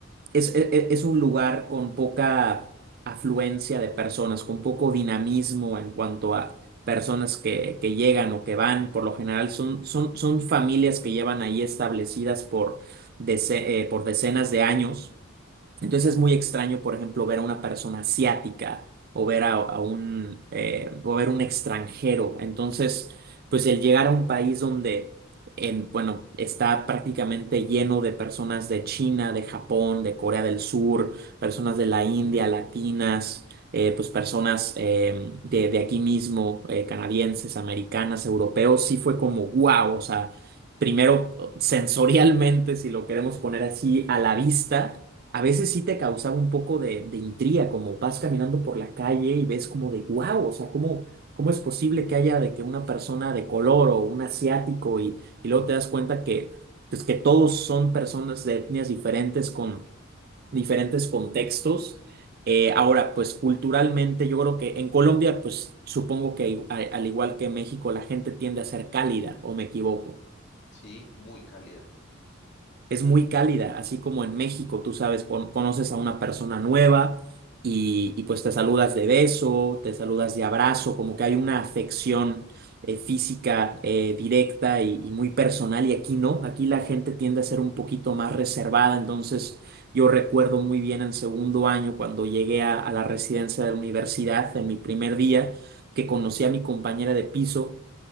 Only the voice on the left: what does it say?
Ujú.
Sí, muy cálida.